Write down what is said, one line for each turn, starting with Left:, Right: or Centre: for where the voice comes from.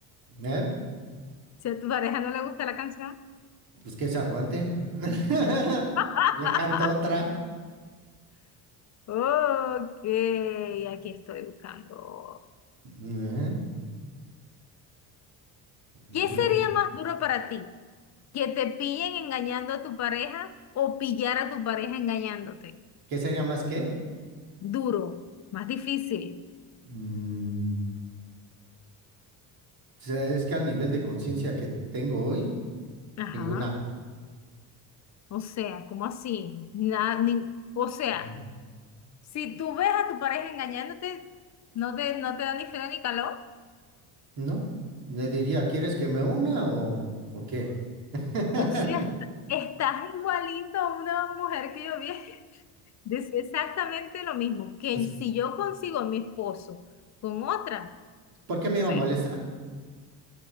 Right: ¿Eh?
Left: Si a tu pareja no le gusta la canción.
Right: Pues que se aguante. <laughs>
Left: <laughs>
Right: Le canto otra.
Left: Ok, aquí estoy buscando.
Right: Ujú. Le-
Left: ¿Qué sería
Right: le-
Left: más duro para ti? ¿Que te pillen engañando a tu pareja o pillar a tu pareja engañándote?
Right: ¿Qué sería más qué?
Left: Duro, más difícil.
Right: Mm, o sea, es que al nivel de conciencia que tengo hoy,
Left: Ajá.
Right: ninguna.
Left: O sea, ¿cómo así? Nada, ni- o sea,
Right: No,
Left: si tú ves a tu pareja engañándote, no te, no te da ni frío ni calor.
Right: no. Le diría, ¿quieres que me una o, o qué? <laughs>
Left: O sea, est- estás igualito a una mujer que yo vi. <laughs> Decía exactamente lo mismo, que
Right: Es-
Left: si yo consigo a mi esposo con otra,
Right: ¿Por qué
Left: o
Right: me
Left: sea,
Right: iba a molestar?